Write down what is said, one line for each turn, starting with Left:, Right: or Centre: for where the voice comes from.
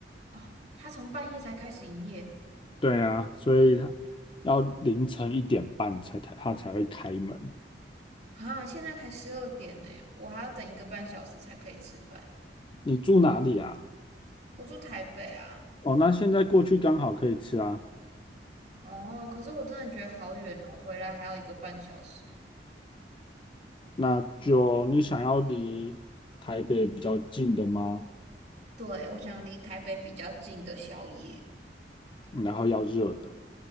Right: 哦，它从半夜才开始营业，
Left: 对啊，所以它要凌晨一点半才才它才会开门。
Right: 啊，现在才十二点呢，我还要等一个半小时才可以吃饭。
Left: 你住哪里啊？
Right: 我住台北啊，
Left: 哦，那现在过去刚好可以吃啊。
Right: 哦，可是我真的觉得好远哦，回来还要一个半小时。
Left: 那就你想要离台北比较近的吗？
Right: 对，我想离台北比较近的宵夜。
Left: 然后要热的。